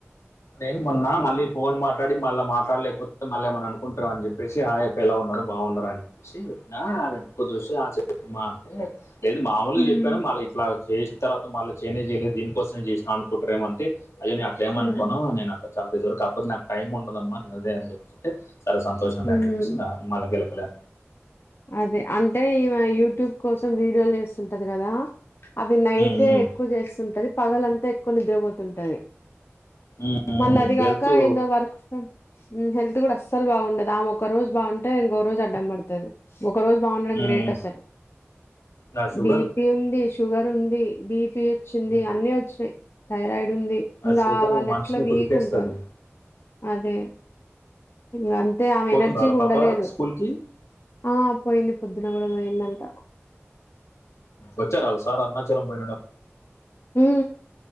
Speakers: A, on the left; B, on the left.
A: అదే మొన్నా మళ్ళీ ఫోన్ మాట్లాడి మళ్ళీ మాట్లాడలేకపోతుంటే మళ్ళీ ఏమైన అనుకుంటారెమో అని చెప్పేసి హై అక్క ఎలా ఉన్నా బాగున్నారా అని చెప్పేసి పెట్టిన ఆమె కుదొసి ఆ చెప్పు మా అంటే లేదు మామూలుగా
B: హ్మ్
A: చెప్పాను మళ్ళీ ఇట్లా చేసిన తర్వాత మళ్ళీ చేయనే చేయలేదు దీనికోసమే చేసినాను అనుకుంటారేమో అంటె అయ్య నే అట్లా ఏం
B: హ్మ్
A: అన్ అట్డ చాల డేస్ వరకు అబ్బదు నాకు టైమ్ ఉండదమ్మాదే అని చెప్ప అంటే సరే సంతోషం
B: హ్మ్.
A: లే అని చెప్పేసి ఇంగ మల్ల గెలకలే
B: అదే అంటే ఈమా యూట్యూబ్ కోసం వ వస్తుంటది కదా అవి నైటె
A: ఉమ్, ఉమ్,
B: ఎక్కువ చేస్తుంటది పగలంతా ఎక్కువ నిద్రపోతుంటది
A: ఉమ్, ఉమ్,
B: మళ్ళీ అది
A: వెళ్తూ
B: కాక ఏందో వర్క్ హెల్త్ కూడా అస్సలు బాగుండదు ఆమె ఒక్క రోజు బాగుంటే ఇంకో రోజు అడ్డం పడుతది ఒక రోజు బాగుండడం
A: ఉమ్,
B: గ్రేట్ అసలు
A: నా షుగరు
B: బీపీ ఉంది షుగర్ ఉంది బిపి వచ్చింది
A: ఉమ్,
B: అన్ని వచ్చినాయి థైరాయిడ్ ఉంది
A: నా
B: ఇంకా
A: షుగర్
B: వాళ్ళు
A: మనిషిని
B: ఎట్లా వీక్
A: కుదిపేస్తుంది
B: ఉంటారు అదే ఇంగ అంతే ఆమె
A: పోతుందా
B: ఎనర్జీకి
A: వాళ్ళ
B: ఉండలేదు
A: పాప స్కూల్కి
B: ఆ పోయింది పొద్దున కూడా పోయిందంట
A: వచ్చారా సార్ అరుణాచలం పోయినడు
B: ఉ